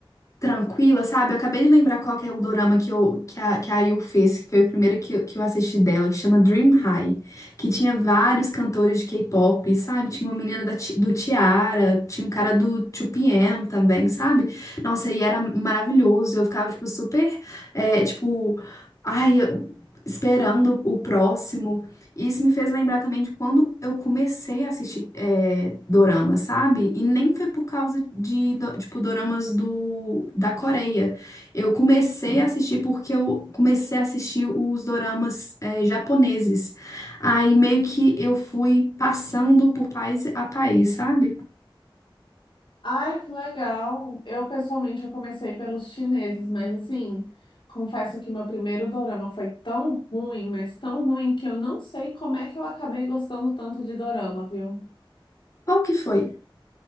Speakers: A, on the left (about 35°); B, on the left (about 60°).
A: tranquila, sabe? Eu acabei de lembrar qual que é o dorama que, eu, que, a, que a IU fez, que foi o primeiro que, eu- que eu assisti dela, que chama Dream High, que tinha vários cantores de K-pop, sabe? Tinha uma menina da Ti- do Tiara, tinha um cara do 2PM também, sabe? Nossa, e era maravilhoso, eu ficava, tipo, super, é, tipo, ai, eu- esperando o próximo. E Isso me fez lembrar também de quando eu comecei a assistir é, dorama, sabe? E nem foi por causa de, do- tipo, doramas do, da Coreia. Eu comecei a assistir porque eu comecei a assistir os doramas é, japoneses. Aí meio que eu fui passando por país a país, sabe?
B: Ai, que legal! Eu, pessoalmente, eu comecei pelos chineses, mas assim, confesso que meu primeiro dorama foi tão ruim, mas tão ruim, que eu não sei como é que eu acabei gostando tanto de dorama, viu?
A: Qual que foi?